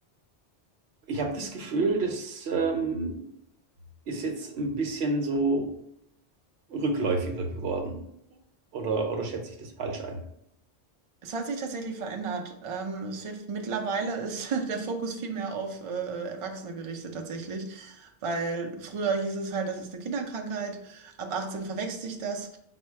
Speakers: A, on the right; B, on the right.
A: Ich habe das Gefühl, das ähm, ist jetzt ein bisschen so rückläufiger geworden. Oder, oder schätze ich das falsch ein?
B: Es hat sich tatsächlich verändert. Ähm, es wird, mittlerweile ist <laughs> der Fokus viel mehr auf äh, Erwachsene gerichtet tatsächlich, weil früher hieß es halt, das ist eine Kinderkrankheit, ab 18 verwächst sich das.